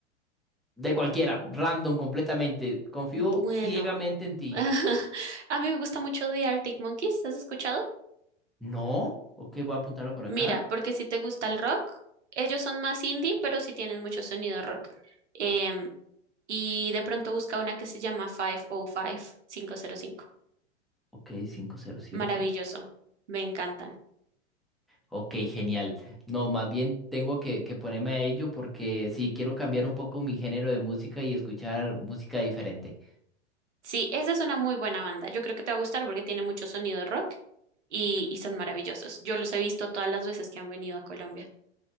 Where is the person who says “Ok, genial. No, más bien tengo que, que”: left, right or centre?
Centre